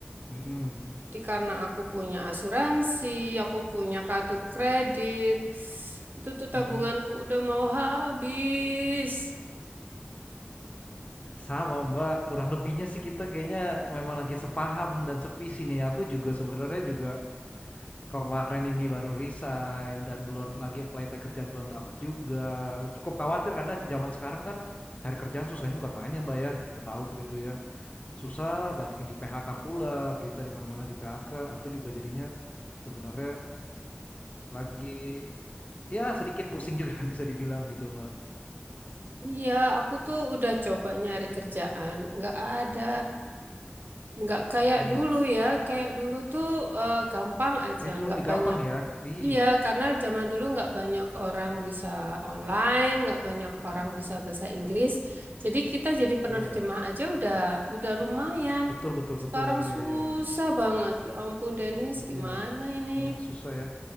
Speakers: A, on the left; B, on the right.
A: mm-mm,
B: Jadi karena aku punya asuransi, aku punya kartu kredit, itu tuh tabunganku
A: mm-mm.
B: udah mau habis.
A: Sama Mbak, kurang lebihnya sih kita kayaknya memang lagi sepaham dan sevisi nih. Aku juga sebenarnya juga kemarin ini baru resign dan belum lagi apply-apply kerjaan belum dapat juga. Cukup khawatir karena zaman sekarang kan cari kerjaan susahnya bukan main ya Mbak ya. Kita tahu gitu ya. susah, banyak yang di PHK pula, berita di mana-mana di PHK. Aku juga jadinya sebenarnya lagi ya sedikit pusing juga <laughs> bisa dibilang gitu, Mbak.
B: Iya, aku tuh udah coba nyari kerjaan, nggak ada, nggak kayak
A: Mm-mm.
B: dulu ya, kayak dulu tuh eh, gampang aja,
A: Kayaknya dulu
B: nggak
A: lebih
B: banyak
A: gampang ya. Iya,
B: Iya, karena zaman dulu nggak banyak orang bisa online, nggak banyak orang bisa bahasa Inggris. Jadi kita jadi penerjemah
A: iya.
B: aja udah udah lumayan.
A: Betul, betul,
B: Sekarang
A: betul. Iya,
B: susah
A: iya, iya.
B: banget. Ya ampun, Denis,
A: Iya,
B: gimana ini?
A: iya susah ya.